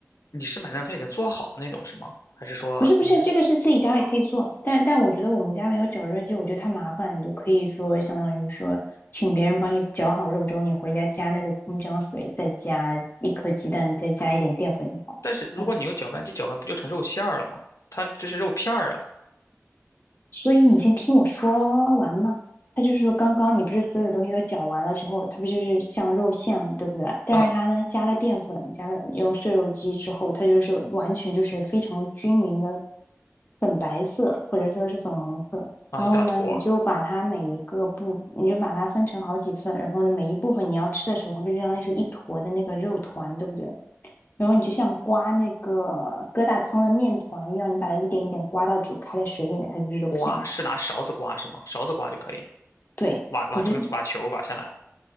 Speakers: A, on the left; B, on the left.
A: 你是买那种它已经做好的那种是吗？还是说你是？
B: 不是不是，这个是自己家里可以做，但但我觉得我们家没有绞肉机，我觉得太麻烦，你就可以说相当于说请别人帮你绞好肉之后，你回家加那个葱姜水，再加一颗鸡蛋，再加一点淀粉就好
A: 但是如果你用搅拌机搅拌，
B: 了。
A: 不就成肉馅儿了吗？它这是肉片儿啊，
B: 所以你先听我说完嘛。他就是说，刚刚你不是所有东西都搅完了之后，它不就是像肉馅了，对不对？但是它呢，
A: 嗯
B: 加了淀粉，加了用碎肉机之后，它就是完全就是非常均匀的粉白色，或者说是粉红色。
A: 啊，
B: 然后呢，
A: 一大坨儿
B: 你就把它每一个部，你就把它分成好几份，然后呢，每一部分你要吃的时候，它不就相当于是一坨的那个肉团，对不对？然后你就像刮那个疙瘩汤的面团一样，你把它一点一点刮到煮开的水里面，它就是肉片。
A: 刮是拿勺子刮是吗？勺子刮就可以，
B: 对，
A: 挖挖成挖球儿挖下来。
B: 我觉得